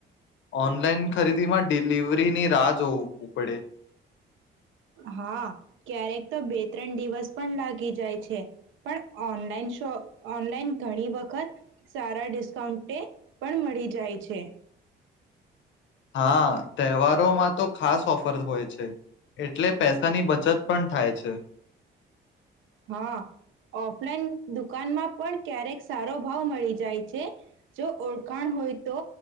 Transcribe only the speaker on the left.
ઓ ખ રાહ જોવ પડે.
હા તહેવારોમાં તો ખાસ ઓફર હોય છે એટલે પૈસાની બચત પણ થાય છે.